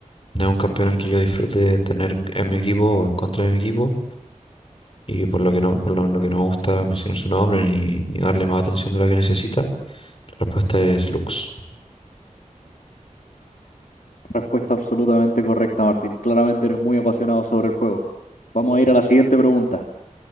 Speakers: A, on the left (about 45°); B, on the left (about 75°).
A: no es un campeón el que yo disfrute tener en mi equipo o en contra de mi equipo. Y por lo que no, por lo, lo que no me gusta mencionar su nombre ni, ni darle más atención de la que necesita, la respuesta es Lux.
B: Respuesta absolutamente correcta, Martín. Claramente eres muy apasionado sobre el juego. Vamos a ir a la siguiente pregunta.